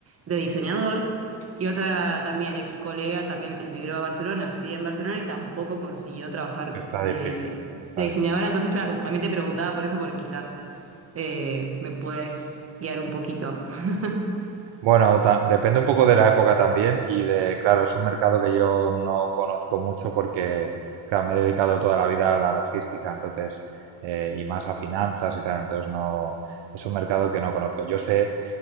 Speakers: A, on the right (about 30°); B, on the right (about 65°).
A: de diseñador. Y otra también ex colega también emigró a Barcelona, sí, en Barcelona y tampoco consiguió trabajar
B: Está
A: de,
B: difícil, está
A: de diseñadora.
B: difícil.
A: Entonces, claro, también te preguntaba por eso, porque quizás eh, me puedes guiar un poquito. <laughs>
B: Bueno, ta- depende un poco de la época también y de, claro, es un mercado que yo no conozco mucho porque, claro, me he dedicado toda la vida a la logística, entonces, eh, y más a finanzas y tal, entonces no, es un mercado que no conozco. Yo sé